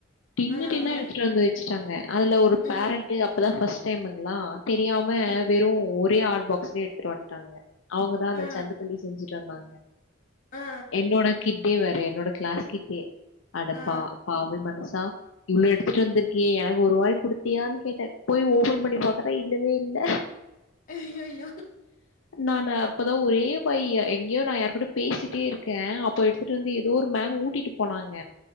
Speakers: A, on the left (about 70°); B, on the left (about 40°).
A: டின்னு
B: ஆ
A: டின்னா
B: ஆ
A: எடுத்துட்டு வந்து வெச் சாங்க அதுல ஒரு
B: ம்
A: பேரண்ட்டு அப்பதா ஃபஸ்ட் டைமிங்ளா தெரியாம
B: ம்
A: வெறு ஒரே ஆட் பாக்ஸ்லே எடுத்துட்டு வந்ட்டாங்க அவுங்க தா அந்த
B: ஆ
A: சந்துக்களி செஞ்சுட்டு வந்தாங்க
B: ஆ
A: என்டோடா கிட் டே வேர என்னோட க்ளாஸ் கிட்டே அடப்பா
B: ஆ
A: பாவி மனுசா இவ்ளோ எடுத்துட்டு வந்திருக்கியே எனக் ஒருவாய் குடுத்தியானு கேட்டே போய் ஓபன் பண்ணி பாக்கற இல்லவே இல்ல
B: அய்யய்யோ
A: நானா அப்பதா ஒரே பைய்ய எங்க்யோ நா யாரு கூட பேசிட்டே இருக்கே அப்ப எடுத்துட்டு வந்து எதோ ஒரு மேம் ஊட்டிட்டு போனாங்க